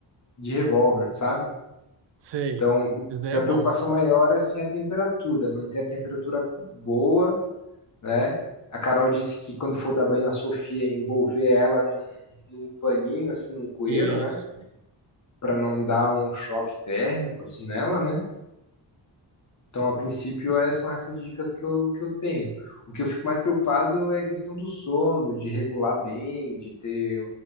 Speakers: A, on the left; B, on the right.
A: de revólver, sabe?
B: Sei.
A: Então,
B: Isso daí
A: minha
B: é bom.
A: preocupação maior é assim, a temperatura, manter a temperatura boa, né? A Carol disse que quando for dar banho na Sofia, envolver ela num, num paninho, assim, num cueiro,
B: Isso.
A: né? Para não dar um choque térmico, assim, nela, né? Então, a princípio, é- são essas dicas que eu, que eu tenho. O que eu fico mais preocupado é a questão do sono, de regular bem, de ter.